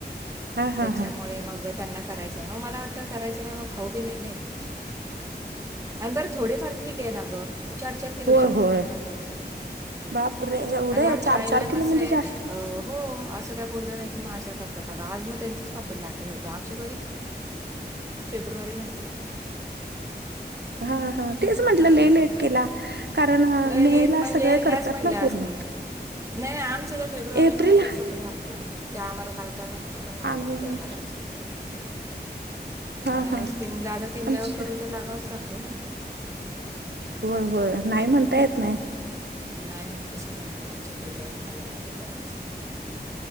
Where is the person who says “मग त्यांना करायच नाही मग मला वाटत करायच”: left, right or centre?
Right